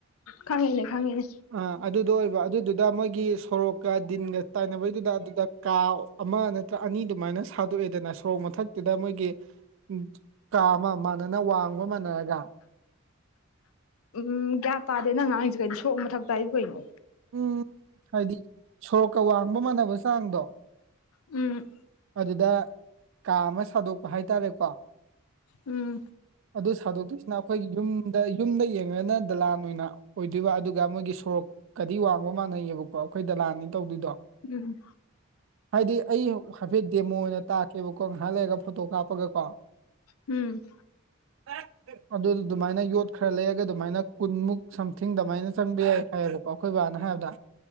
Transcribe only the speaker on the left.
ꯈꯪꯉꯦꯅꯦ ꯈꯪꯉꯦꯅꯦ
ꯎꯝ ꯒ꯭ꯌꯥꯟ ꯇꯥꯗꯦ ꯅꯪ ꯉꯥꯡꯉꯤꯁꯦ ꯀꯩꯅꯣ ꯁꯣꯔ‌ꯣꯛ ꯃꯊꯛꯇ ꯍꯥꯏꯕꯨ ꯀꯩꯅꯣ
ꯎꯝ
ꯎꯝ
ꯎꯝ
ꯎꯝ